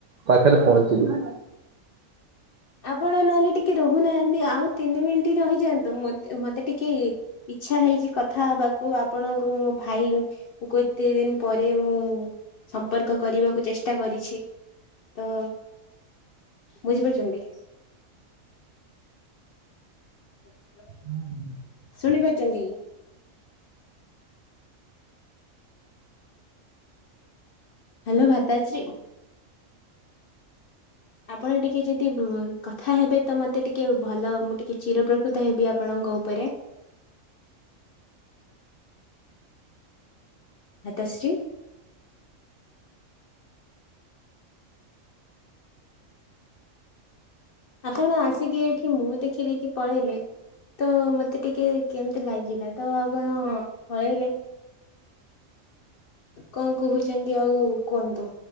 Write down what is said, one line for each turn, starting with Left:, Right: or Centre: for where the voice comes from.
Right: ପାଥରେ ପହଞ୍ଚିଲି।
Left: ଆପଣ ନହେଲେ ଟିକେ ରହୁନାହାନ୍ତି, ଆଉ ତିନି ମିନିଟ ରହିଯାଆନ୍ତୁ ମତେ ଟିକେ ଇଚ୍ଛା ହେଇଛି କଥା ହବାକୁ ଆପଣଙ୍କୁ ମୋ ଭାଇ ଦତି ଦିନ ପରେ ମୁଁ ସମ୍ପର୍କ କରିବାକୁ ଚେଷ୍ଟା କରିଛି, ତ ବୁଝିପାରୁଛନ୍ତି? <inaudible>
Right: <inaudible>
Left: ଶୁଣି ପାରୁଚନ୍ତି? ହ୍ୟାଲୋ ଭାତାଶ୍ରୀ! ଆପଣ ଟିକେ ଯଦି କଥା ହେବେ ତ, ମତେ ଟିକେ ଭଲ ମୁଁ ଟିକେ ଚିର ପ୍ରକୃତ ହେବି ଆପଣ ଙ୍ଗ ଉପରେ!
Right: ଆ
Left: ହାତଶ୍ରୀ! ଆପଣ ଆସିକି ଏଇଠି ମୁଁ ଦେଖିଦଖି ପଢେଇଲେ ତ ମତେ ଟିକେ କେମିତି ଲାଗିଲା ତ ଆପଣ ପଳେଇଲେ
Right: ଆ
Left: କଣ କହୁଛନ୍ତି ଆଉ କୁହନ୍ତୁ?